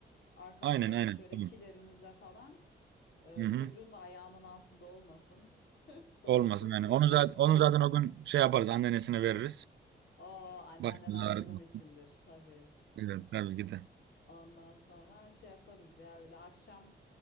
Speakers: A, on the left (about 70°); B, on the right (about 75°).
A: Arka
B: Aynen
A: tarafa
B: aynen.
A: şöyle
B: Tamam.
A: kilerinize falan. Ee,
B: Hı hı.
A: çocuğun da ayağının altında olmasın. <laughs> Sonra
B: Olmasın
A: çok
B: yani.
A: büyük
B: Onu
A: şey
B: zaten,
A: çıkar.
B: onu zaten o gün şey yaparız anneannesine veririz.
A: Oo anneanneler
B: Başımızı ağrıtma.
A: bunun içindir tabii.
B: Evet tabii ki de.
A: Ondan sonra şey yaparız ya öyle akşam